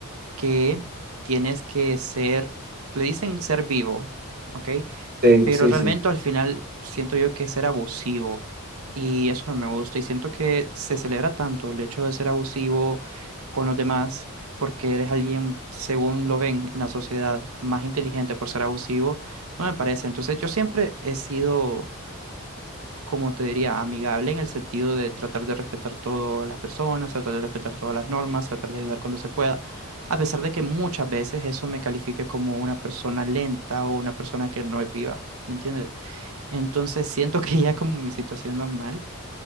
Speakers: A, on the right; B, on the right.
A: que tienes que ser, le dicen ser vivo, ¿ok?
B: Sí,
A: Pero
B: sí,
A: realmente
B: sí.
A: al final siento yo que es ser abusivo y eso no me gusta y siento que se celebra tanto el hecho de ser abusivo con los demás porque eres alguien, según lo ven en la sociedad, más inteligente por ser abusivo, no me parece. Entonces yo siempre he sido, como te diría, amigable en el sentido de tratar de respetar todas las personas, tratar de respetar todas las normas, tratar de ayudar cuando se pueda. A pesar de que muchas veces eso me califique como una persona lenta o una persona que no es viva, ¿me entiendes? Entonces siento que ya como mi situación normal,